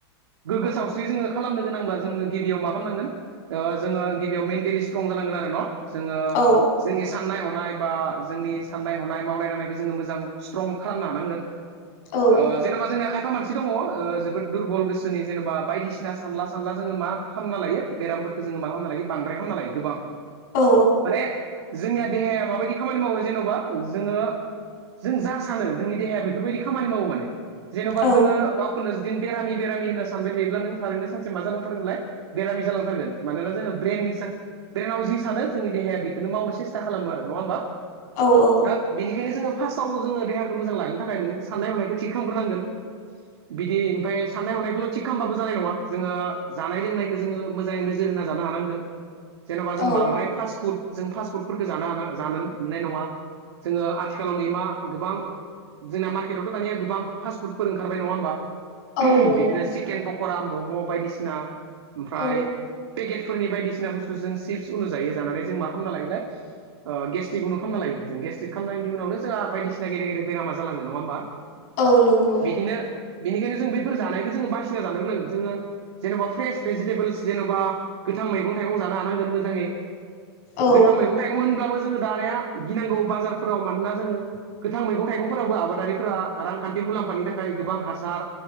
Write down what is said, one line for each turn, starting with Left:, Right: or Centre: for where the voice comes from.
Right: गोग्गो सावस्रि जोङो खालामनो गोनांब्ला जोङो गिबियाव मा खामनांगोन ओ जोङो गिबियाव मेन्टेलि स स्ट्रं जानांगोन आरो न' जोङो
Left: औ
Right: जोंनि साननाय-हनाय बा जोंनि साननाय-हनाय मावनाय-दांनायखौ जोङो मोजां स्ट्रं खालामनो हानांगोन।
Left: औ
Right: ओ जेन'बा जोंनिया खा फा मानसि दङ' ओ जोबोद दुरबल गोसोनि जेनेबा बायदिसिना सानला सानला जोङो मा खालामना लायो बेराम फोरखो जोङो मा खामना लायो बांद्राय खामना लायो गोबां
Left: औ
Right: माने जोंनिया देहाया माबायदि खामानि मावो जेन'बा जोङो जों जा सानो जोंनि देहाया बेफोरबायदि खामानि मावो माने जेन'बा
Left: औ
Right: जोङो गावखौनो बेरामि बेरामि होनना सानबाय थायोब्ला नों थारैनो सानसे मा जालांथारगोनलाय बेरामि जालांथारगोन मानोना जोङो ब्रेन हिसा ब्रेनाव जि सानो जोंनि देहाया बेखोनो मावनो सेस्था खालामो नङा होमबा
Left: औ
Right: दा बेनिखायनो जोङो फास्टआव जोङो देहाखौ मोजां लानो थाखाय नों साननाय-हनायखौ थिग खालामग्रोनांगोन बिदि ओमफाय साननाय हनायखौल' थिग खामबाबो जानाय नङा जोङो जानाय लोंनायखौ जोङो मोजाङै नोजोर हो होना जानो हानांगोन जेन'बा जों
Left: औ
Right: बांद्राय फास फुद जों फास्ट फुडफोरखौ जानो हा जानो मोननाय नङा जोङो आथिखालाव नै मा गोबां जोंना मार दानिया गोबां फासफुडफोर ओंखारबाय नङा होमबा
Left: औ नंगौ
Right: बिदिनो हिकेन पक क'रा मम' बायदिसिना ओमफ्राय
Left: औ
Right: पेकेटफोरनि बायदिसिना बुस्थु जों सिप्स उनु जायो जानानै जों मा खालामना लायोलाय ओ गेस्टिक उनु खामना लायो जों गेस्टिक खामनायनि उनावनो जोङा बदिसिना गेदे गदे बेरामा जालाङो नङा ओमबा? बिदिनो
Left: औ नंगौ
Right: बिनिखायनो जों बैफोर जानायखौ जोङो बासिना जानो रोंनांगोन जोङो जेन'बा फ्रेस भेजिटेबोल्स जेन'बा गोथां मैगं-थाइगं जानो हानांगोन मोजाङै
Left: औ
Right: गोथां मैगं-थाइगं होनब्ला जोङो दानाया गिनांगौ बाजारफोराव मानोना जोङो गोथां मैगं थाइगंफोरावबो आबादारि फोरा रांखान्थि मुलाम्फानि थाखाय गोबां हासार